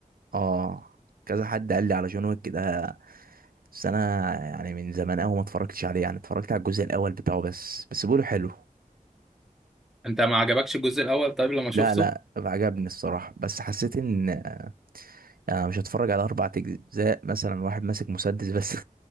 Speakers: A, on the right (about 80°); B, in the centre.
A: اه كذا حد قال لي على جون ويك كده بس انا يعني من زمان قوي ما اتفرجتش عليه يعني اتفرجت على الجزء الاول بتاعه بس بس بيقولوا حلو
B: أنت ما عجبكش الجزء الأول طيب لما
A: لا
B: شفته؟
A: لا عجبني الصراحه بس حسيت ان يعني انا مش هتفرج على اربع اجزاء مثلا واحد ماسك مسدس بس